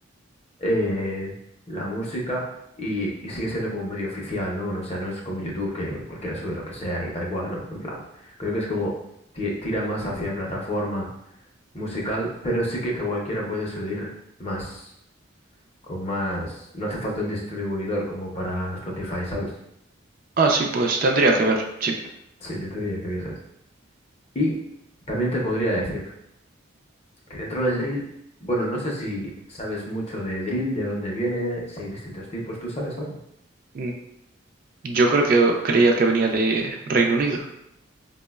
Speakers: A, on the left; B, on the right.
A: eh, la música y, y sigue siendo como medio oficial, ¿no? O sea, no es como YouTube que cualquiera sube lo que sea y tal y cual, ¿no? En plan, creo que es como ti- tira más hacia plataforma musical, pero sí que, que cualquiera puede subir más, con más, no hace falta un distribuidor como para Spotify, ¿sabes?
B: Ah, sí, pues tendría que ver, sí.
A: Sí, yo te diría que vieses. Y también te podría decir. que dentro del drill, bueno, no sé si sabes mucho de drill, de dónde viene, si hay distintos tipos, ¿tú sabes algo?
B: Mm, Yo creo que creía que venía de Reino Unido.